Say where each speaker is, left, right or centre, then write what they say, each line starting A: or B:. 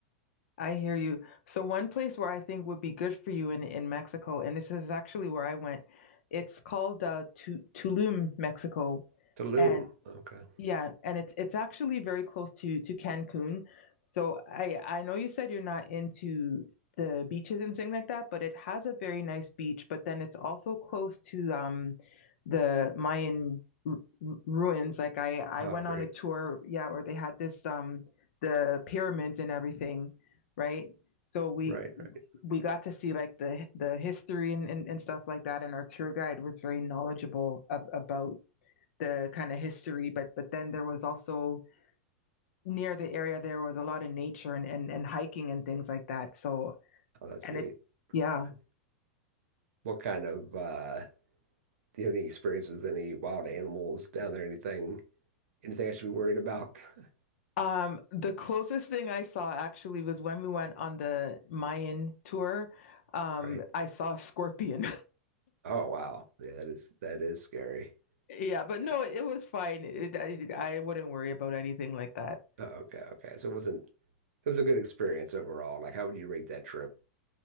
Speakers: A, on the left; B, on the right.
A: I hear you. So one place where I think would be good for you in in Mexico, and this is actually where I went. It's called uh, Tu- Tulum, Mexico, Mm.
B: Tulum.
A: and
B: Okay.
A: yeah, and it's it's actually very close to to Cancun. So I I know you said you're not into the beaches and things like that, but it has a very nice beach. But then it's also close to um the Mayan ru ru- ruins. Like I I
B: Oh,
A: went
B: great.
A: on a tour, yeah, where they had this um the pyramids and everything, right? So we
B: Right, right.
A: we got to see like the the history and, and, and stuff like that, and our tour guide was very knowledgeable ab about the kind of history, but but then there was also near the area there was a lot of nature and and, and hiking and things like that. So
B: Oh, that's
A: and
B: neat.
A: it's yeah.
B: Okay. What kind of uh do you have any experience with any wild animals down there? Anything anything I should be worried about? <laughs>
A: Um, the closest thing I saw actually was when we went on the Mayan tour. Um,
B: Right.
A: I saw a scorpion.
B: Oh wow. Yeah, that is that is scary.
A: <laughs> yeah, but
B: Yeah.
A: no, it was fine. It, I, I wouldn't worry about anything like that.
B: Oh, okay, okay. So it wasn't it was a good experience overall. Like how would you rate that trip?